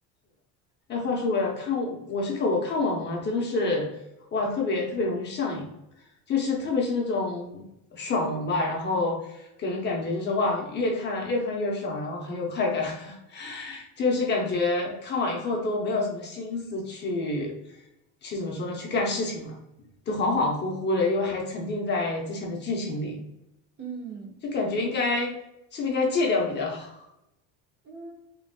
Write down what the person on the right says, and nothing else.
嗯，
对。
嗯，